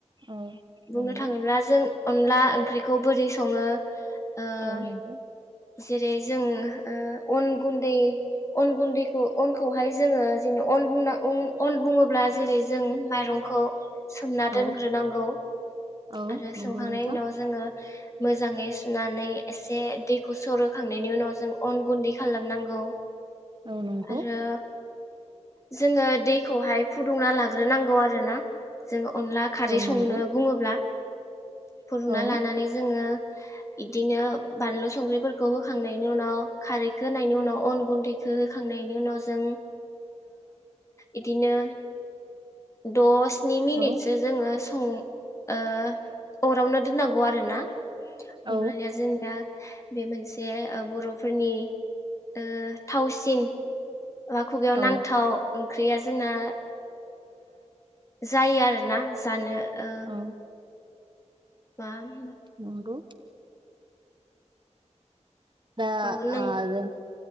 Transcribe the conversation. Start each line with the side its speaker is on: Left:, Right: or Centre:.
Right: औ
Left: बुंनो
Right: नंगौ
Left: थाङोब्ला जों अनला ओंख्रिखौ बोरै सङो ओ
Right: औ नंगौ
Left: जेरै जों अन गुन्दै अन गुन्दैखौ अनखौहाय जोङो ज अनना अन बुङोब्ला जेरै जों माइरंखौ सोमना दोनग्रोनांगौ
Right: औ औ
Left: आरो
Right: नंगौ
Left: सोमखांनायनि
Right: नोंथां
Left: उनाव जोङो मोजाङै सुनानै नानै एसे दै खौ सरोखांनायनि उनाव जों अन गुन्दै खालामनांगौ
Right: औ नंगौ
Left: आरो जोङो दैखौहाय फुदुंना लाग्रोनांगौ आरोना जोङो अनला खारै
Right: औ
Left: संनो
Right: नंगौ
Left: बुङोब्ला फदुना
Right: औ
Left: लानानै जोङो इदिनो बानलु संख्रै फोरखौ होखांनायनि उनाव खारैखौ होनायनि उनाव अन गुन्दैखौ होखांनायनि उनाव जों इदिनो द स्नि मिनिटसो
Right: औ
Left: जोङो <unintelligible> ओ अरावनो दोननांगौ आरो ना अब्लानिया
Right: औ
Left: जोंनिया बे मोनसे बर'फोरनि ओ थावसिन एबा खुगायाव
Right: औ
Left: नांथाव ओंख्रिया जोंना जायो आरो ना जानो ओ
Right: औ
Left: <unintelligible>
Right: नंगौ दा
Left: औ नों
Right: आरो